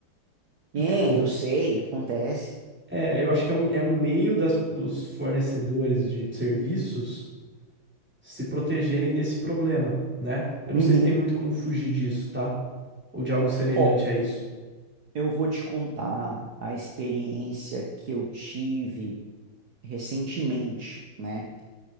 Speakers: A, in the centre; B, on the right.
A: Do
B: É,
A: tipo,
B: eu sei, acontece.
A: é, eu acho que é um, é um meio das, dos fornecedores de serviços se protegerem desse problema, né? Eu não
B: Uhum.
A: sei se tem muito como fugir disso, tá? Ou de algo semelhante
B: Ó,
A: a isso.
B: eu vou te contar a experiência que eu tive recentemente, né?